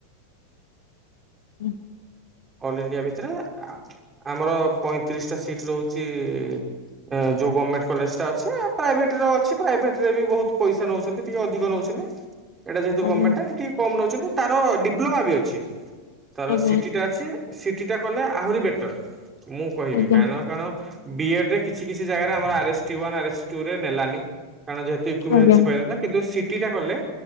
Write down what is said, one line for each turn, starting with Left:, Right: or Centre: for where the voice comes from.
Left: ହୁଁ
Right: ଅଲ୍ ଇଣ୍ଡିଆ ଭିତରେ ଆ----ଆମର ପଇଁତିରିଶି ଟା ସିଟ୍ ରହୁଚି! ଏଁ ଯୋଉ ଗମେଣ୍ଟେ କଲେଜଟା ଅଛି! ପ୍ରାଇଭେଟି ର ଅଛି ପ୍ରାଇଭେଟରେ ବି ବହୁତ ପଇସା ନେଉଚନ୍ତି! ଟିକେ ଅଧିକ ନେଉଚନ୍ତି! ଏଇଟା ଯେହେତୁ
Left: ଆଜ୍ଞା
Right: ଗମେଟା ଟିକେ କମ ନେଉଚନ୍ତି! ତାର ଡିପ୍ଲମା ବି ଅଛି! ତାର
Left: ଆଜ୍ଞା
Right: ସିଟିଟା ସିଟିଟା କଲେ ଆହୁରି ବେଟର! ମୁଁ କହିବି
Left: ଆଜ୍ଞା
Right: କାଣ କାଣ ଡ଼ିଏଫେ କିଛି କିଛି ଜାଗାରେ ଆମର ଆରେଷ୍ଟି ଔନ ଆରେଷ୍ଟି ଟୁରେ ନେଲାନି! କାରଣ ଯେହେତୁ ଇଙ୍କୁଭେଂଶ
Left: ଆଜ୍ଞା
Right: ପାଇବାକଥା! କିନ୍ତୁ ସିଟିଟା କଲେ